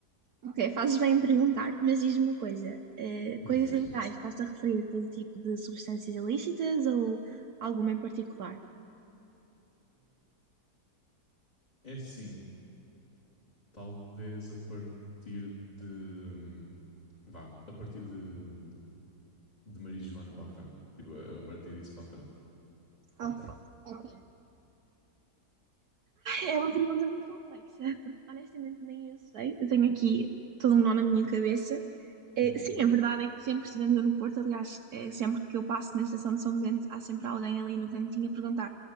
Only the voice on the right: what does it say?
Ok, fazes bem em perguntar, mas diz-me uma coisa: eh,
coisas
ilegais, estás-te a referir a todo tipo de substâncias ilícitas ou alguma em particular?
Ok,
ok. É uma pergunta muito complexa, porque honestamente nem eu sei. Eu tenho aqui todo um nó na minha cabeça, Eh,
sim, a verdade é que sempre se vendeu no Porto. Aliás, eh, sempre que eu passo na estação de São Bento, há sempre alguém ali no cantinho a perguntar: